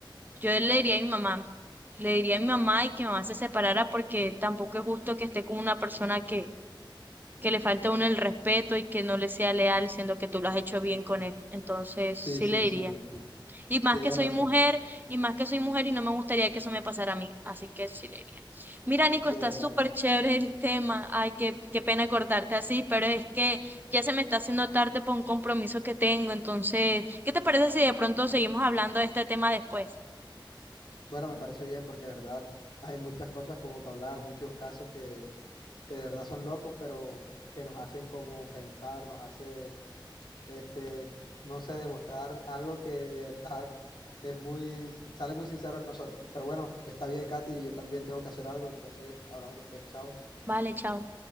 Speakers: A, on the right; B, on the left.
A: Yo le diría a mi mamá, le diría a mi mamá y que mi mamá se separara porque tampoco es justo que esté con una persona que, que le falta a uno el respeto y que no le sea leal, siendo que tú lo has hecho bien con él. Entonces,
B: Sí,
A: sí
B: sí,
A: le diría.
B: sí,
A: Y más
B: tienes
A: que soy
B: razón,
A: mujer, y más que soy mujer, y no me gustaría que eso me pasara a mí. Así que sí le diría. Mira, Nico,
B: de
A: está
B: verdad.
A: súper chévere el tema. Ay, qué, qué pena cortarte así, pero es que ya se me está haciendo tarde por un compromiso que tengo. Entonces, ¿qué te parece si de pronto seguimos hablando de este tema después?
B: Bueno, me parece bien porque de verdad hay muchas cosas como que hablar, muchos casos que, que de verdad son locos, pero que nos hacen como pensar, nos hace este, no sé, demostrar algo que de verdad es muy, sale muy sincero en nosotros. Pero bueno, está bien, Katy, yo también tengo que hacer algo, entonces hablamos después, chao.
A: Vale, chao.